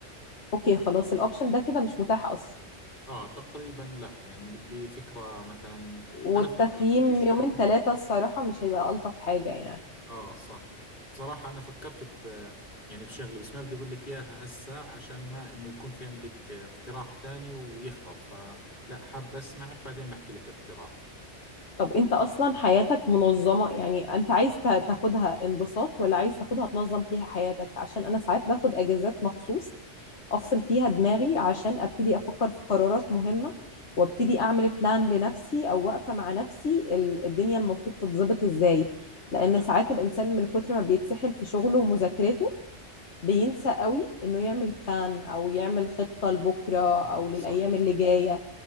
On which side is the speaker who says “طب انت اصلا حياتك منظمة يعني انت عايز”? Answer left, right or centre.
Left